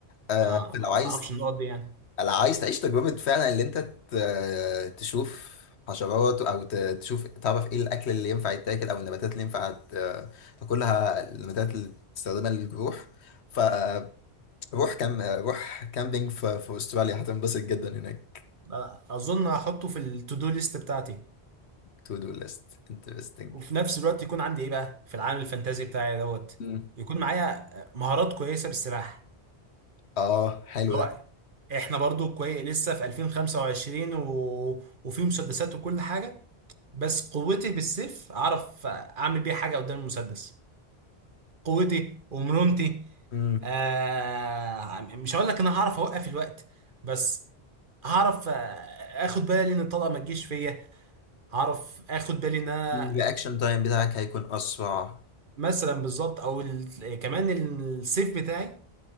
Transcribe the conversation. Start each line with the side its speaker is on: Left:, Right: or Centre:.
Left: آه،
Right: انا
Left: فلو
Right: ما
Left: عايز
Right: ما اعرفش النقط دي يعني
Left: لو عايز تعيش تجربة فعلا إن أنت ت- تشوف حشرات أو ت- تشوف تعرف إيه الأكل اللي ينفع يتاكل أو النباتات اللي ينفع ت- تاكلها النباتات اللي تستخدمها للجروح فروح كام روح كامبينج في في أستراليا هتنبسط جدا هناك
Right: أ- اظن هحطه في التو دو ليست بتاعتي
Left: to do list interesting
Right: وفي نفس الوقت يكون عندي ايه بقى في العالم الفانتازي بتاعي دوت
Left: مم.
Right: يكون معايا مهارات كويسه بالسلاح
Left: اه حلو
Right: اللي هو احنا برضو كويس لسه في 2025 و... وفي مسدسات وكل حاجه بس قوتي بالسيف اعرف اعمل بيها حاجه قدام المسدس قوتي ومرونتي
Left: ده
Right: آه... مش هقول لك ان انا هعرف اوقف الوقت بس هعرف آه، اخد بالي ان الطلقه ما تجيش فيا هعرف اخد بالي ان انا
Left: الرياكشن تايم بتاعك هيكون اسرع
Right: مثلا بالظبط او ال... كمان السيف بتاعي